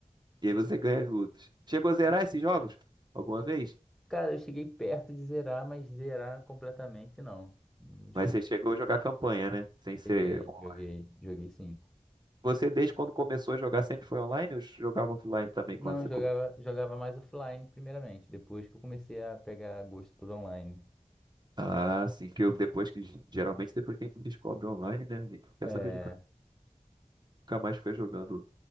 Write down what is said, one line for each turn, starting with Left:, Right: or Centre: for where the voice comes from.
Right: E aí você ganha as lutas. Chegou a zerar esses jogos? Alguma vez?
Centre: Cara, eu cheguei perto de zerar, mas zerar completamente não. Não cheguei.
Right: Mas você chegou a jogar campanha, né? Sem ser
Centre: Cheguei,
Right: online.
Centre: joguei, joguei sim.
Right: Você, desde quando começou a jogar, sempre foi online ou jogava offline também quando
Centre: Não,
Right: você
Centre: eu jogava,
Right: começou?
Centre: jogava mais offline primeiramente, depois que eu comecei a pegar gosto por online.
Right: Ah, sim, que eu, depois que. Geralmente, depois que a gente descobre online, né? A gente não quer
Centre: É,
Right: saber de nunca mais ficar jogando